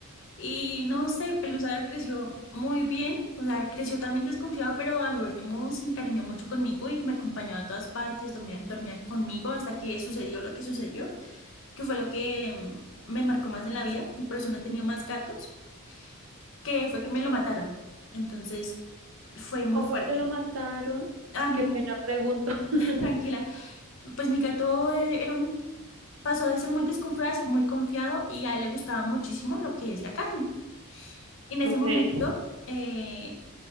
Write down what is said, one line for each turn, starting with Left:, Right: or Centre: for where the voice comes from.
Left: Y no sé, Pelusa ya creció muy bien, o sea, creció también desconfiado, pero a lo último se encariñó mucho conmigo y me acompañaba a todas partes, dormía, dormía conmigo hasta que sucedió lo que sucedió, que fue lo que mm, me marcó más en la vida y por eso no he tenido más gatos, que fue que me lo mataron. Entonces fue muy
Right: ¿Cómo
Left: fuerte.
Right: te lo mataron?
Left: A mí,
Right: Qué pena pregunto. <laughs>
Left: <laughs> tranquila, pues mi gato eh, era un- pasó de ser muy desconfiado a ser muy confiado y a él le gustaba muchísimo lo que es la carne. Y en
Right: okay
Left: ese momento, eh,